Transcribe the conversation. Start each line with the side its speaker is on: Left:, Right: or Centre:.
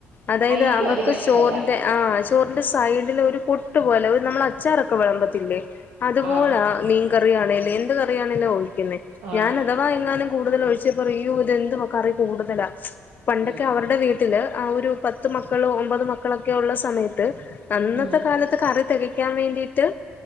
Left: അതായത്
Right: എനിക്കും
Left: അവർക്ക്
Right: അധികം ഇഷ്ടല്ല
Left: ചോറിന്റെ ആഹ് ചോറിന്റെ സൈഡില് ഒരു പൊട്ട് പോലെ നമ്മൾ അ അച്ചാറൊക്കെ വിളമ്പത്തില്ലേ അതുപോലെ
Right: ആഹ്
Left: മീൻകറിയാണേല്
Right: ആഹ്
Left: എൻ ന്ത് കറിയാണേലും ഒഴിക്കുന്നെ
Right: ആഹ്
Left: ഞാൻ അഥവാ എങ്ങാനും കൂടുതൽ ഒഴിച്ച പറിയും അയ്യോ ഇതെന്തുമ കറി കൂടുതലാ പണ്ടൊക്കെ
Right: ഉം
Left: അവരുടെ വീട്ടി ട്ടില് ആ ഒരു പത്ത് മക്കളോ ഒമ്പത് മക്കളൊക്കെ ഉള്ള സമയത്ത് അന്നത്തെ
Right: ഉം
Left: കാലത്ത് കറി തെകക്കാൻ വേണ്ടീട്ട്